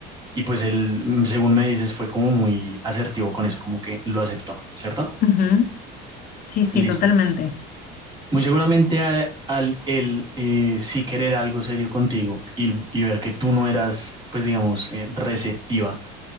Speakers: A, on the right (about 20°); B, on the left (about 50°).
A: y pues él, mm, según me dices, fue como muy asertivo con eso, como que lo aceptó, ¿cierto?
B: Ujú. Sí, sí,
A: Listo.
B: totalmente.
A: Muy seguramente a- al él eh, sí querer algo serio contigo y, y ver que tú no eras, pues digamos, eh, receptiva,